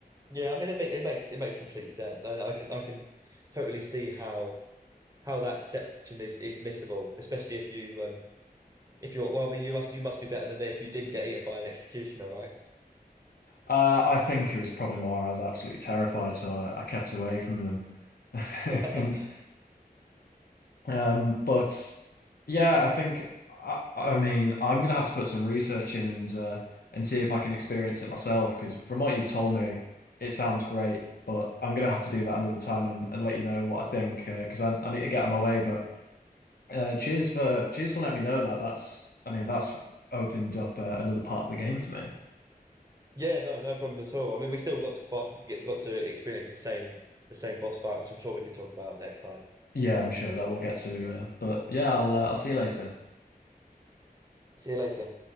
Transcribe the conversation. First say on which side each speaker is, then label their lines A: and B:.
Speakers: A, on the right (about 20°); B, on the left (about 75°).
A: Yeah, I mean, it makes it makes it makes complete sense. I, I can I can totally see how how that section is is missable, especially if you um if you're well, I mean, you must you must be better than me if you didn't get eaten by an executioner, right?
B: Uh, I think it was probably more I was absolutely terrified, so I, I kept away from them. <laughs> I think
A: <laughs>
B: Um, but yeah, I think I, I mean I'm gonna have to put some research in and uh, and see if I can experience it myself because from what you've told me, it sounds great. But I'm gonna have to do that another time and, and let you know what I think uh 'cause because I, I need to get on my way. But uh, cheers for cheers for letting me know that. That's I mean that's opened up uh, another part of the game for me.
A: Yeah, no, no problem at all. I mean, we still got to fight, got to experience the same the same boss fight, which I'm sure we can talk about next time.
B: Yeah, I'm sure that we'll get to. Uh, but yeah, I'll uh, I'll see you later.
A: See you later.